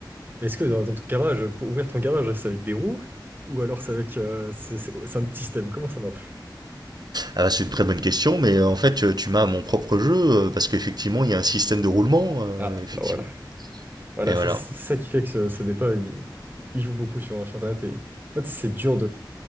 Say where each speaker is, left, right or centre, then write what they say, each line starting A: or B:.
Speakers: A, on the right (about 25°); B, on the right (about 60°).
A: Mais Est-ce que dans, dans ton garage, pour ouvrir ton garage, c'est avec des roues? Ou alors c'est avec, euh, c'est c'est- c'est un système, comment ça marche?
B: Ah, bah, c'est une très bonne question, mais euh, en fait, tu, tu m'as à mon propre jeu, euh, parce qu'effectivement, il y a un système de roulement, euh,
A: Ah,
B: effectivement.
A: bah voilà. Voilà,
B: Et voilà.
A: c'est c'est ça qui fait que ce, ce débat, il, il joue beaucoup sur, sur Internet. Et, en fait, c'est dur